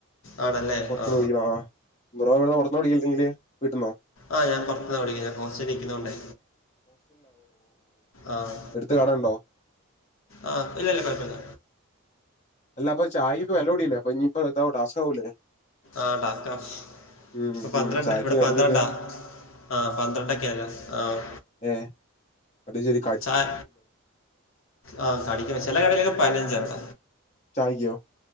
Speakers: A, on the left; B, on the left.
A: ആണല്ലേ
B: പുറത്ത
A: ആ
B: പോടിക്കണം ആഹ് ബ്രറോവിടെറന്ന്ടിക്കയില്ലെങ്കിൽ വീട്ടന്നോ
A: ആഹ് ഞാൻ പുറത്തുനി വിളിക്ക ഞാൻ ഹോസ്റ്റല ഇിക്കുന്നോണ്ടേ ആഹ്
B: അട്ത്ത് കട ഉണ്ടോ
A: ആഹ് ഇല്ലല്ല കുഴപ്പമില്ല
B: അല്ല അപ്പൊ ചായൊക്കെ വിലലവിടയില്ല അപ്പൊ ഇനി ഇപ്പോ ഇത ടാസ്കാവലേ
A: ആഹ് ടാസ്ക്കാ
B: ഉം
A: ഇപ്പ പന്ത്രണ്ട്
B: ഉം ചായക്കും
A: ഇവിടെ
B: കടിക്കൊക്കെ
A: പന്ത്രണ്ടാ ആഹ് പന്ത്രണ്ടൊക്കെയല്ലേ ആഹ്
B: ഏഹ് അയ്ശരി
A: ചായ ആഹ് കടിക്ക ചില കടയിലൊക്കെ പതിനഞ്ചാണ്ട
B: ചായി്ക്കോ